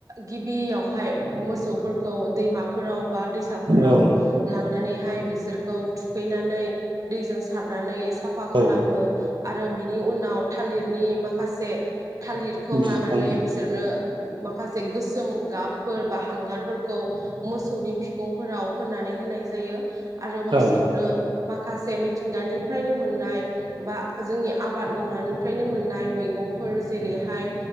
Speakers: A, on the right (about 45°); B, on the right (about 85°).
A: गिबियावहाय मोसौफोरखौ दैमा फोराव बा दैसाफोराव
B: औ
A: लांनानैहाय बिसोर थुखैनानै दैजों सारनानै साफा खालामो
B: औ
A: आरो बिनि उनाव थालिरनि माखा से थालिरखौ
B: बिफां
A: लानानै बिसोरनो माखासे गोसोम गाबफोर बा हांगारफोर खौ मोसौनि फिखंफोराव फोननानै होनाय जायो। आरो मोसौनो
B: औ
A: माखासे मिथिंगानिफ्रायनो मोननाय बा जोंनि आबाद मावनानै फ्रायनो मोननाय मैगंफोर जेरैहाय